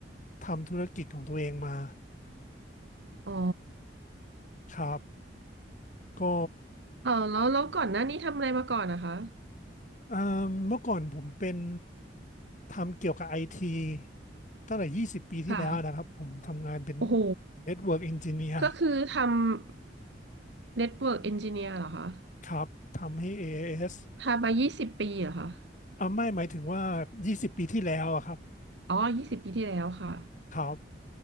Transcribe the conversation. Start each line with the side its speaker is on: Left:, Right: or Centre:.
Left: ทำธุรกิจของตัวเองมา
Right: อ๋อ
Left: ครับก็
Right: เออแล้วแล้วก่อนหน้านี้ทำอะไรมาก่อนนะคะ
Left: อ่าเมื่อก่อนผมเป็นทำเกี่ยวกับไอทีตั้งแต่20ปีที่แล้วนะครับผมทำงานเป็น
Right: ค่ะ โอ้โห
Left: Network Engineer
Right: ก็คือทำ Network Engineer เหรอคะ
Left: ครับทำให้ a a s อเอส
Right: ทำมายี่สิบปีเหรอคะ
Left: อ่าไม่หมายถึงว่า20ปีที่แล้วอะครับ
Right: อ๋อยี่สิบปีที่แล้วค่ะ
Left: ครับ